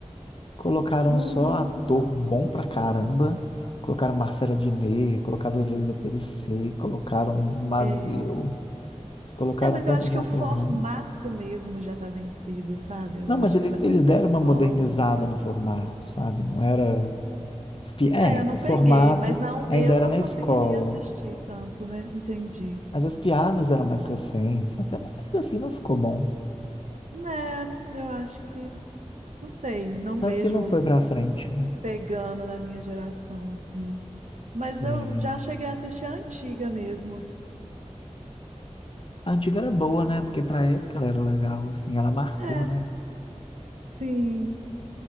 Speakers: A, on the left; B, on the right.
A: Colocaram
B: Uhum.
A: só ator bom pra caramba. Colocaram Marcela Diné, colocaram Heloísa Périssé, colocaram
B: Sei.
A: Mazeu. Eles Colocaram
B: É, mas
A: tanto
B: eu acho
A: de
B: que
A: ator
B: o formato
A: bom.
B: mesmo já tá vencido, sabe? Eu
A: Não,
B: acho
A: mas eles,
B: que essa coisa
A: eles deram
B: de escola.
A: uma modernizada no formato, sabe? Não era. as pi- É,
B: É, eu não
A: o formato
B: peguei, mas não,
A: ainda
B: eu
A: era
B: não
A: na
B: conseguiria
A: escola.
B: assistir tanto, né? Entendi.
A: Mas as piadas eram mais recentes. Até, mas ainda assim não ficou bom.
B: É, eu acho que, não sei, não
A: Tanto
B: vejo
A: que não foi pra frente, né?
B: pegando na minha geração, assim. Mas
A: Sei.
B: eu já cheguei a assistir a antiga mesmo.
A: A antiga era boa, né? Porque pra época ela era legal, assim, ela marcou,
B: É,
A: né?
B: sim.